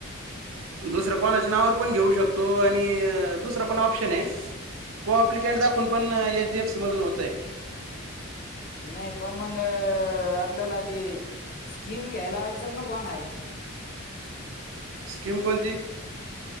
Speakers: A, on the right; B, on the left.
A: दुसरं कोण च्यारचनावर पण घेऊ शकतो आणि दुसरं पण ऑप्शन आहे. को अप्लिकंट दाखवून पण एच डी एफ सीमधूनत होतय.
B: नाही पण मग अ आपल्याला ते स्कीम घ्यायला अडचण नको आणायायला.
A: स्कीम कोणती.